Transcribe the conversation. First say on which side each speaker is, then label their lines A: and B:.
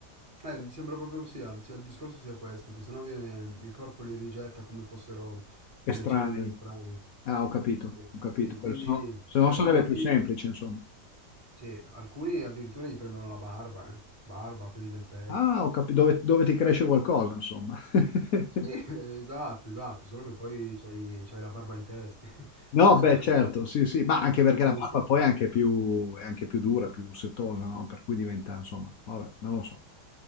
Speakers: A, on the right (about 20°); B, on the left (about 65°).
A: Eh, mi sembra proprio sì, anzi, il discorso sia questo, che sennò viene, il corpo li rigetta come fossero delle
B: Estranei.
A: cellule strane.
B: Ah, ho capito,
A: Sì,
B: ho capito.
A: Sì, quindi,
B: Quello- Se no se no
A: cioè,
B: sarebbe
A: molti,
B: più semplice, insomma.
A: sì, alcuni addirittura gli prendono la barba, eh. Barba, peli del petto.
B: Ah, ho capi dove dove ti cresce qualcosa insomma. <laughs>
A: Sì, <laughs> esatto, esatto, solo che poi c'hai c'hai la barba in testa. <laughs>
B: No,
A: Non so,
B: beh
A: se-
B: certo, sì, sì, ma anche perché
A: cioè,
B: la barba
A: nel senso-
B: poi è anche più è anche più dura, più setosa, no, per cui diventa insomma, vabbè, non lo so.